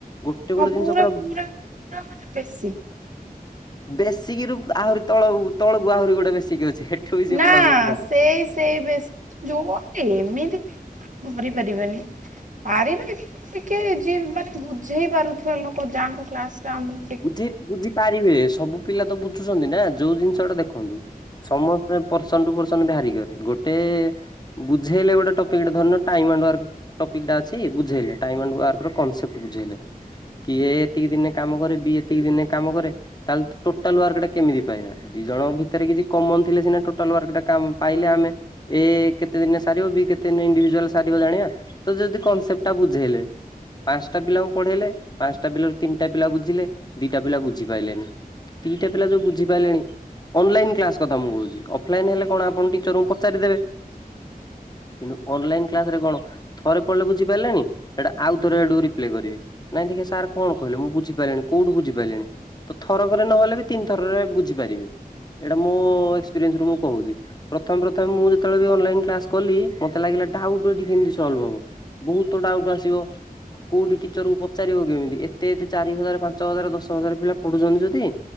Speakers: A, on the left; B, on the right.
A: ଗୋଟେ
B: ହଁ
A: ଗୋଟେ ଜିନିଷ ପୁରା
B: ପୁରା ମାନେ ବେଶୀ
A: ବେଶିକରୁ ଆହୁରି ତଳ ତଳକୁ ଆହୁରି ଗୋଟେ ବେଶିକ ଅଛି। ବି ସିଏ
B: ନା
A: ପଢଉଛନ୍ତି ସାର୍।
B: ସେ ସେ ବେଶୀ ଜୋ ଏମିତି ଧରି ପାରିବେନି। ପାରିବେ ଟିକେ ଯେ ମାନେ ବୁଝେଇ ପାରୁଥିବା ଲୋକ ଯାଙ୍କ କ୍ଲାସ ଟା ଆମ
A: ବୁଝି ବୁଝି ପାରିବେ ସବୁ ପିଲା ତ ବୁଝୁଛନ୍ତି ନା ଯୋଉ ଜିନିଷ ସେ ଗୋଟେ ଦେଖନ୍ତୁ ସମସ୍ତେ ପରର୍ସନ ଟୁ ପରସନ ବି ଭାୟାରି କରେ, ଗୋଟେ ବୁଝେଇଲେ ଗୋଟେ ଟପିକଟେ ଧରିନିୟ ଟାଇମ ଆଣ୍ଡ ୱାର୍କ ଟପିକ ଟା ଅଛି ବୁଝେଇଲେ, ଟାଇମଣ୍ଡ ୱାର୍କର କନସେପ୍ଟ ବୁଝେଇଲେ। କିଏ ଏତିକି ଦିନେ କାମ କରେ ବି ଏତିକି ଦିନେ କାମ କରେ ତାହେଲେ ତ ଟୋଟାଲ ୱାର୍କ ଟା କେମିତି ପାଇବା? ଦି ଜଣଙ୍କ ଭିତରେ କିଛି କମନ ଥିଲେ ସିନା ଟୋଟାଲ ୱାର୍କଟା ପାଇଲେ ଆମେ ଏ କେତେ ଦିନ ସାରିବ ବି କେତେ ଦିନ ଇଣ୍ଡିଭିଜୁଆଲ ସାରିବ ଜାଣିବା। ତ ଯଦି କନସେପ୍ଟ ଟା ବୁଝେଇଲେ। ପାଞ୍ଚଟା ପିଲାଙ୍କୁ ପଢେଇଲେ ପାଞ୍ଚଟା ପିଲାରୁ ତିନିଟା ପିଲା ବୁଝିଲେ ଦିଟା ପିଲା ବୁଝିପାଇଲେନି। ଦିଟା ପିଲା ଯୋଉ ବୁଝି ପାଇଲେଣି ଅନଲାଇନ୍ କ୍ଲାସ କଥା ମୁଁ କହୁଛି, ଅଫଲାଇନ ହେଲେ କଣ ଆପଣ ଟିଚରଙ୍କୁ ପଚାରିଦେବେ। କିନ୍ତୁ ଅନଲାଇନ କ୍ଲାସ ରେ କଣ, ଥରେ ପଡଲେ ବୁଝି ପାଲେନି ହେଟା ଆଉ ଥରେ ହେଠୁ ରିପ୍ଲେ କରିବେ। ନାଇଁ ଦେଖିଆ ସାର୍ କଣ କହିଲେ ମୁ ବୁଝିପାଇଲିଣି। କୋଉଠୁ ବୁଝିପାରିଲିଣି, ତ ଥରକରେ ନହେଲେ ବି ତିନି ଥରରେ ବୁଝିପାରିବେ। ଏଇଟା ମୋ ଏକ୍ସପିରିଏନ୍ସ ରୁ ମୁଁ କହୁଛି। ପ୍ରଥମେ ପ୍ରଥମେ ମୁଁ ଯେତେବେଳେ ବି ଅନଲାଇନ କ୍ଲାସ କଲି, ମତେ ଲାଗିଲା ଡାଉଟ୍ ଏଠି କେମିତି ସଲ୍ଭ ହବ? ବହୁତ ତ ଡାଉଟ୍ ଆସିବ, କୋଉଠି ଟିଚର କୁ ପଚାରିବ କେମିତି? ଏତେ ଏତେ ଚାରି ହଜାର, ପାଞ୍ଚ ହଜାର, ଦଶ ହଜାର ପିଲା ପଢୁଛନ୍ତି ଯଦି,